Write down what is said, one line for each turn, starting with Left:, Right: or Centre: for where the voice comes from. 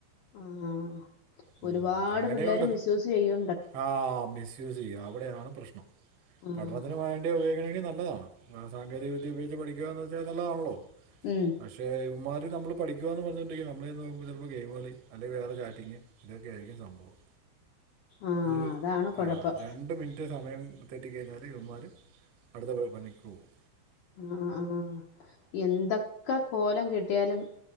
Left: ആഹ്
Right: ഉം,
Left: ഒരുപാട്
Right: അങ്ങനെയുണ്ട്
Left: പിള്ളേര് മിസ്യൂസ് ചെയ്യ
Right: ആ മിസ്യൂസ് ചെയ്യും അവിടെയാണ് പ്രശ്നം
Left: ആഹ്
Right: പഠനത്തിന് വ വേണ്ടി ഉപയോഗിക്കണങ്കി നല്ലതാണ് സാങ്കേതിക വിദ്യ ഉപയോഗിച്ച് പഠിക്കുകന്ന് വെച്ച നല്ലതാണല്ലോ
Left: ഉം
Right: പക്ഷേ ഇവന്മാര് നമ്മള് പഠിക്കുകന്ന് പറഞ്ഞോണ്ടിരിക്കും. നമ്മള് ചെന്ന് നോക്കുമ്പ ചെലപ്പോ ഗെയിമ് കളി അല്ലെ വേറെ ചാറ്റിംഗ് ഇതൊക്കെ ആയിരിക്കും സംഭവം
Left: ആഹ്
Right: ഒരു
Left: അതാണ് കൊഴപ്പം
Right: ആഹ് രണ്ട് മിനിറ്റ് റ്റ് സമയം തെറ്റിക്കഴിഞ്ഞാല് ഇവന്മാര് അടുത്ത പണിക്ക് പോവും
Left: ആഹ് ആഹ് എന്തക്കെ കോലം കെട്ടിയാലും